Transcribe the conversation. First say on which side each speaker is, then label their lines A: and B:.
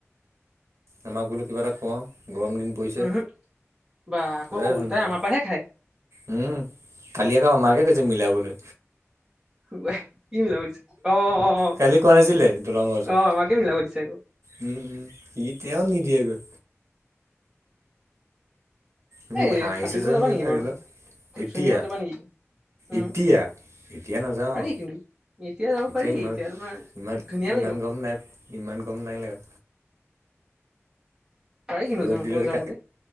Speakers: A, on the right; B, on the right.
A: আমাক বোলো কিবা এটা খোৱাওঁ গৰম দিন। পৰিছে
B: উহো, বা
A: একেবাৰে
B: আকৌ
A: ধান্দা
B: ওলোটাই
A: নাই
B: আমাৰ পাহে খায়।
A: উম, কালি আক আমাকে কৈছে মিলাবলৈ।
B: <unintelligible> কি মিলাব দিছে অ', অ',
A: কালি কোৱা নাছিলে দলঙৰ ওচৰত
B: অ', আমাকে মিলাব দিছে আকৌ।
A: উম -উম কি তেল নিদিয়েগৈ। উম,
B: এই
A: হাহিছে
B: সাঁতুৰিব
A: <unintelligible>
B: যাবা নেকি বাৰু
A: এতিয়া?
B: চুইমিঙত যাবা নেকি উম
A: এতিয়া -এতিয়া নাযাওঁ।
B: পাৰি কিন্তু যাব
A: এতিয়া
B: পাৰি
A: ইমান-
B: তোমাৰ
A: ইমান
B: ধুনীয়া
A: ইমান
B: লাগিব আকৌ।
A: গম নাই- ইমান গম নাই লাগা।
B: পাৰি কিন্তু
A: ৰ'দ
B: যাওঁ
A: দিলে
B: তেওঁ
A: যে
B: যাবলৈ